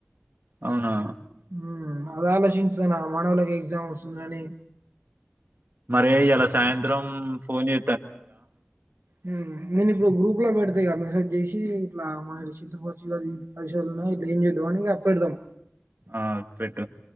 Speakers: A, on the right (about 60°); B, on the right (about 85°).
A: అవునా
B: హు అలోచన్ మానవలకి ఎగ్జామ్ వస్తుందిని
A: అరే ఎలా సాయంత్రం ఫోన్ చే
B: ఉ నేను ఇప్పుడు గ్రూప్ లో పెడతా ఇక మెస్సేజ్. దసిలా మ ర చిత్రపచవాది అది చ ఇట్ ఏం చేద్దావా అం అప్ప పెడద్దాం
A: ఆ పెట్